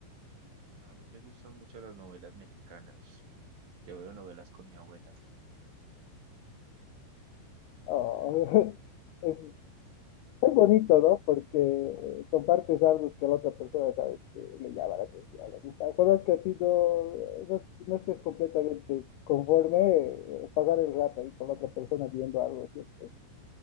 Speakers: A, on the right; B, on the left.
A: A mí me gustan mucho las novelas mexicanas. Yo veo novelas con mi abuela.
B: Oh, <laughs> es, es bonito, ¿no? Porque eh, compartes algo que la otra persona sabes que le llama la atención, le gusta. Cuando que a ti no, no, no estés completamente conforme, eh, pasar el rato ahí con la otra persona viendo algo siempre es,